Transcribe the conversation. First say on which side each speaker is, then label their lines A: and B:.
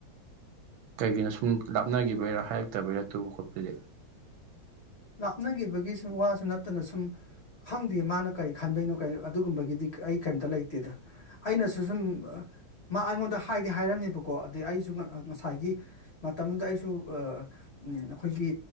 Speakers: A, on the right; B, on the left.
A: ꯀꯩꯒꯤꯅꯣ ꯁꯨꯝ ꯂꯥꯞꯅꯒꯤꯕꯩꯔꯥ ꯍꯥꯏꯔꯛꯇꯕꯩꯔꯥ ꯇꯨꯕ ꯈꯣꯠꯄꯗꯤ
B: ꯂꯥꯞꯅꯒꯤꯕꯒꯤ ꯁꯨꯝ ꯋꯥꯁꯨ ꯅꯠꯇꯅ ꯁꯨꯝ ꯈꯪꯗꯦ ꯃꯥꯅ ꯀꯔꯤ ꯈꯟꯕꯩꯅꯣ ꯀꯔꯤ ꯑꯗꯨꯒꯨꯝꯕꯒꯤꯗꯤ ꯑꯩ ꯀꯩꯝꯇ ꯂꯩꯇꯦꯗ ꯑꯩꯅꯁꯨ ꯁꯨꯝ ꯃꯥ ꯑꯩꯉꯣꯟꯗ ꯍꯥꯏꯗꯤ ꯍꯥꯏꯔꯝꯃꯦꯕꯀꯣ ꯑꯗꯩ ꯑꯩꯖꯨ ꯉꯁꯥꯏꯒꯤ ꯃꯇꯝꯗꯨꯗ ꯑꯩꯖꯨ ꯑꯥ ꯎꯝ ꯑꯈꯣꯏꯒꯤ